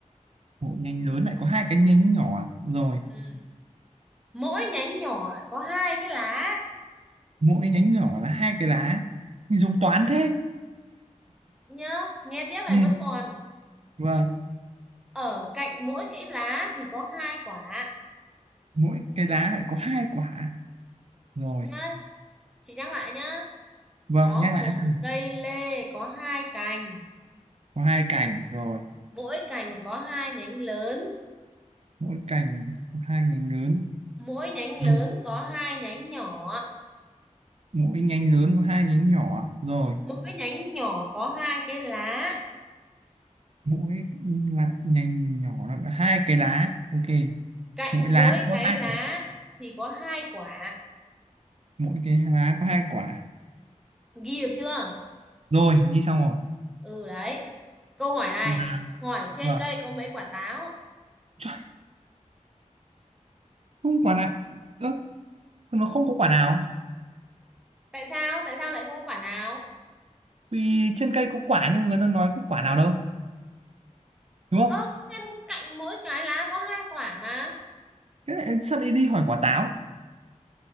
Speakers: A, on the right; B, in the centre.
A: mỗi nhánh lớn lại có hai cái nhánh nhỏ. Rồi,
B: Ừ. Mỗi nhánh nhỏ có hai cái lá
A: mỗi nhánh nhỏ là hai cái lá. Mình dùng toán thế.
B: nhá. Nghe tiếp này
A: Ừ.
B: vẫn còn.
A: Vâng,
B: Ở cạnh mỗi cái lá thì có hai quả
A: mỗi cái lá lại có hai quả. Rồi,
B: nhá. Chị nhắc lại nhá.
A: vâng,
B: Có
A: nhắc
B: một
A: lại xem.
B: cây lê có hai cành,
A: Có hai cành rồi,
B: mỗi cành có hai nhánh lớn
A: mỗi cành có hai nhánh lớn.
B: mỗi nhánh
A: Ừ.
B: lớn có hai nhánh nhỏ
A: Mỗi nhánh lớn có hai nhánh nhỏ. Rồi,
B: mỗi nhánh nhỏ có hai cái lá
A: mỗi lại nhánh nhỏ là hai cái lá. Ok
B: cạnh
A: mỗi lá
B: mỗi
A: có
B: cái
A: hai
B: lá thì có hai quả
A: mỗi cái lá có hai quả
B: ghi được chưa
A: rồi ghi xong rồi
B: ừ đấy câu hỏi này
A: là
B: hỏi trên
A: vâng
B: cây có mấy quả táo
A: Trời, không quả nào ơ nó không có quả nào
B: tại sao tại sao lại không có quả nào
A: vì trên cây có quả nhưng mà người ta nói có quả nào đâu đúng không
B: ơ trên cạnh mỗi cái lá có hai quả mà
A: thế lại sao lại đi hỏi quả táo